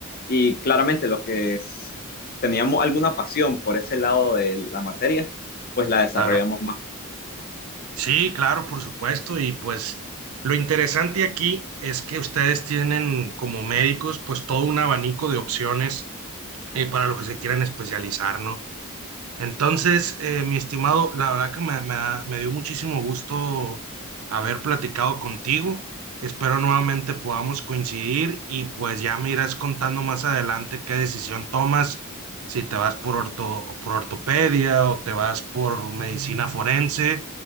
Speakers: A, on the left; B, on the right.
A: y claramente lo que es- teníamos alguna pasión por ese lado de la materia, pues la desarrollamos
B: Claro.
A: más.
B: Sí, claro, por supuesto. Y pues lo interesante aquí es que ustedes tienen como médicos pues todo un abanico de opciones eh, para lo que se quieran especializar, ¿no? Entonces, eh, mi estimado, la verdad que me, me ha- me dio muchísimo gusto haber platicado contigo. Espero nuevamente podamos coincidir y pues ya me irás contando más adelante qué decisión tomas, si te vas por orto, por ortopedia o te vas por medicina forense